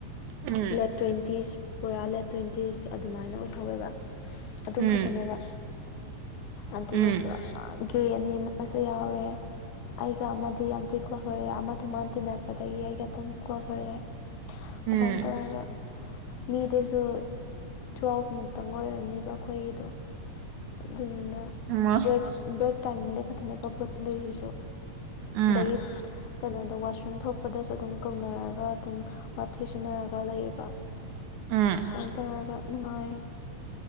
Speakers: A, on the right; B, on the left.
A: ꯎꯝ
B: ꯂꯦꯠ ꯇ꯭ꯋꯦꯟꯇꯤꯁ ꯄꯨꯔꯥ ꯂꯦꯠ ꯇ꯭ꯋꯦꯟꯇꯤꯁ ꯑꯗꯨꯃꯥꯏꯅ ꯑꯣꯏꯍꯧꯋꯦꯕ ꯑꯗꯨꯝ
A: ꯎꯝ
B: ꯈꯛꯇꯅꯦꯕ ꯑꯗꯨꯗꯨꯒ
A: ꯎꯝ
B: ꯒꯦ ꯑꯅꯤ ꯑꯃ ꯑꯃꯁꯨ ꯌꯥꯎꯔꯦ ꯑꯩꯒ ꯑꯃꯗꯤ ꯌꯥꯝ ꯊꯤ ꯀꯂꯣꯁ ꯑꯣꯏꯔꯦ ꯑꯃꯗꯣ ꯃꯥꯅ ꯇꯤꯟꯅꯔꯛꯄꯗꯒꯤ ꯑꯩꯒ ꯑꯗꯨꯝ ꯀꯂꯣꯁ ꯑꯣꯏꯔꯦ
A: ꯎꯝ
B: ꯑꯗꯥꯏ ꯇꯧꯔꯒ ꯃꯤꯗꯨꯁꯨ ꯇꯨꯋꯦꯜꯐ ꯃꯨꯛꯇꯪ ꯑꯣꯏꯔꯝꯅꯤꯕ ꯑꯩꯈꯣꯏꯒꯤꯗꯣ ꯑꯗꯨꯗꯨꯅ
A: ꯎꯝꯃ
B: ꯕ꯭ꯔꯦꯛ ꯕ꯭ꯔꯦꯛ ꯇꯥꯏꯃꯤꯡꯗ ꯈꯛꯇꯅꯦꯕ ꯄꯨꯟꯗꯣꯏꯁꯤꯁꯨ
A: ꯎꯝ
B: ꯑꯗꯒꯤ ꯀꯩꯅꯣꯗ ꯋꯥꯁꯔꯨꯝ ꯊꯣꯛꯄꯗꯁꯨ ꯑꯗꯨꯝ ꯀꯧꯅꯔꯒ ꯑꯗꯨꯝ ꯋꯥꯊꯤ ꯁꯨꯟꯅꯔꯒ ꯂꯩꯌꯦꯕ
A: ꯎꯝ
B: ꯑꯗꯥꯏ ꯇꯧꯔꯒ ꯅꯨꯡꯉꯥꯏ꯫